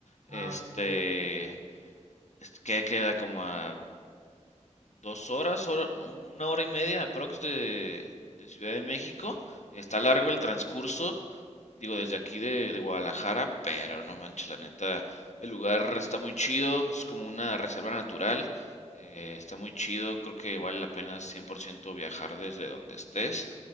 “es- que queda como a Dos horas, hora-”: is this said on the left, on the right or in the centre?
Left